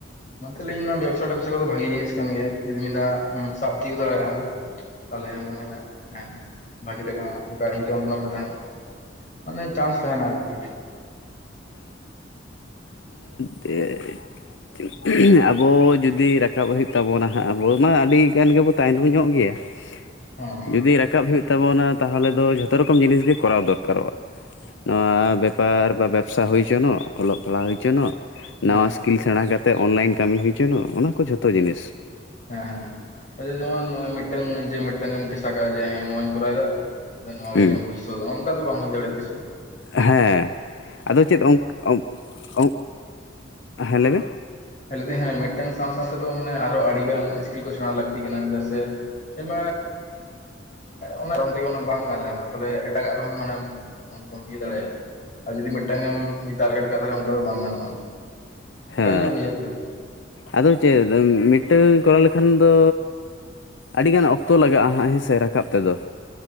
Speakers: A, on the left; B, on the left.
A: ᱚᱱᱟᱛᱮ ᱞᱤᱧ ᱢᱮᱱᱟ ᱵᱮᱵᱽᱥᱟ ᱴᱮᱯᱥᱟ ᱠᱚᱫᱚ ᱵᱷᱟᱜᱮᱹ ᱡᱤᱱᱤᱥ ᱠᱟᱱ ᱜᱮᱭᱟ ᱡᱩᱫᱤ ᱢᱤᱫ ᱫᱷᱟᱣ ᱟᱢ ᱥᱟᱵ ᱛᱤᱭᱩᱜ ᱫᱟᱲᱮᱭᱟᱜ ᱟᱢ ᱛᱟᱦᱞᱮ ᱢᱟᱱᱮ ᱦᱮᱸ ᱵᱷᱟᱜᱮᱹ ᱞᱮᱠᱟ <unintelligible> ᱢᱤᱫᱴᱟᱝ ᱢᱟᱱᱮ ᱪᱟᱱᱥ ᱛᱟᱦᱮᱱᱟ ᱟᱨᱠᱤ
B: ᱛᱮᱜ ᱴᱷᱤᱠ, ᱩᱜ-ᱷᱩᱦ ᱟᱵᱚ ᱡᱩᱫᱤ ᱨᱟᱠᱟᱵ ᱦᱳᱭᱳᱜ ᱛᱟᱵᱚᱱᱟ ᱦᱟᱸᱜ ᱟᱵᱚ ᱢᱟ ᱟᱰᱤ ᱜᱟᱱ ᱜᱮᱵᱚ ᱛᱟᱭᱱᱚᱢ ᱧᱚᱜ ᱜᱮᱭᱟ ᱴᱷᱤ-ᱤ-ᱭᱜ ᱾
A: ᱦᱚᱸ᱾
B: ᱡᱩᱫᱤ ᱨᱟᱠᱟᱵ ᱦᱩᱭᱩᱜ ᱛᱟᱵᱚᱱᱟ ᱛᱟᱚᱞᱮ ᱫᱚ ᱡᱷᱚᱛᱚ ᱨᱚᱠᱚᱢ ᱡᱤᱱᱤᱥ ᱜᱮ ᱠᱚᱨᱟᱣ ᱫᱚᱨᱠᱟᱨᱚᱜ-ᱟ ᱺ ᱱᱚᱣᱟ ᱵᱮᱯᱟᱨ ᱵᱟ ᱵᱮᱵᱽᱥᱟ ᱦᱳᱭ ᱪᱚᱱᱚᱜ ᱚᱞᱚᱜ ᱯᱟᱲᱦᱟᱣ ᱦᱳᱭ ᱪᱚ ᱱᱚᱜ
A: ᱦᱮᱸ
B: ᱱᱟᱣᱟ ᱥ ᱠᱤᱞ ᱥᱮᱸᱬᱟ ᱠᱟᱛᱮ ᱚᱱᱞᱟᱭᱤᱱ ᱠᱟᱢᱤ ᱦᱩᱭᱪᱚᱱᱚᱜ ᱚᱱᱟ ᱠᱚ ᱡᱷᱚᱛᱚ ᱡᱤᱱᱤᱥ
A: ᱦᱮᱸ ᱦᱮᱸ ᱟ ᱡᱮᱢᱚᱱ ᱱᱚᱜ-ᱚᱭ ᱢᱤᱫᱴᱟᱝ ᱡᱮ ᱢᱤᱫᱴᱟᱝ ᱮᱢ ᱰᱷᱮᱥᱟ ᱠᱟᱜ-ᱟ ᱡᱮ ᱦᱮᱸ ᱱᱚᱣᱟᱧ ᱠᱚᱨᱟᱣ ᱮᱫᱟ ᱱᱚᱣᱟ ᱜᱮ
B: ᱦᱮᱸ
A: ᱤᱧᱟᱹᱜ ᱵᱷᱚᱵᱤᱥᱥᱚᱛ ᱚᱱᱠᱟ ᱫᱚ ᱵᱟᱝ ᱦᱳᱭ ᱫᱟᱲᱮᱭᱟᱜ-ᱟ ᱛᱤᱥ ᱦᱚᱸ ᱾
B: ᱦᱮᱸ, ᱟᱫᱚ ᱪᱮᱫ ᱚᱸᱝᱠ- ᱚᱸᱝ -ᱚᱸᱝ ᱦᱮᱸ ᱞᱟᱹᱭᱵᱤᱱ?
A: ᱞᱟ. ᱭ ᱫᱤᱧ ᱦᱮᱸ ᱢᱤᱫᱴᱟᱝ ᱥᱟᱶ ᱥᱟᱶᱛᱮ ᱫᱚ ᱢᱟᱱᱮ ᱟᱨᱦᱚᱸ ᱟᱰᱤ ᱜᱟᱱ ᱤᱥᱠᱤᱞ ᱠᱚ ᱥᱮᱸᱬᱟ ᱞᱟᱹᱠᱛᱤ ᱠᱟᱱᱟ ᱪᱮᱫᱟᱜ ᱥᱮ ᱮᱵᱟᱨ ᱚᱱᱟ ᱨᱚᱝ ᱛᱮᱜᱮ ᱢᱟᱱᱮ ᱵᱟᱝ ᱜᱟᱱ ᱞᱮᱱᱟ ᱛᱟᱞᱦᱮ ᱮᱴᱟᱜᱟᱜ ᱨᱚᱝ ᱢᱟᱱᱮᱢ ᱠᱚᱢᱯᱤᱭᱩ ᱫᱟᱲᱮᱭᱟᱜ-ᱟ ᱟᱨ ᱡᱩᱫᱤ ᱢᱤᱫᱴᱟᱝ ᱮᱢ ᱴᱟᱨᱜᱮᱴ ᱠᱟᱜ ᱛᱟᱦᱞᱮ ᱚᱝᱠᱟ ᱫᱚ ᱵᱟᱝ ᱜᱟᱱᱚᱜᱼᱟ᱾ ᱚᱳᱠᱟ
B: ᱦᱮᱸ
A: ᱤᱧᱟᱹᱜ ᱵᱩᱡᱷᱟᱹᱜ ᱠᱟ <unintelligible>
B: ᱟᱫᱚ ᱪᱮᱫ ᱢᱤᱫᱴᱟᱝ ᱠᱚᱨᱟᱣ ᱞᱮᱠᱷᱟᱱ ᱫᱚ ᱟᱰᱤᱜᱟᱱ ᱚᱠᱛᱚ ᱞᱟᱜᱟᱜᱼᱟ ᱦᱟᱸᱜ ᱦᱮᱸ ᱥᱮ ᱨᱟᱠᱟᱵ ᱛᱮᱫᱚ,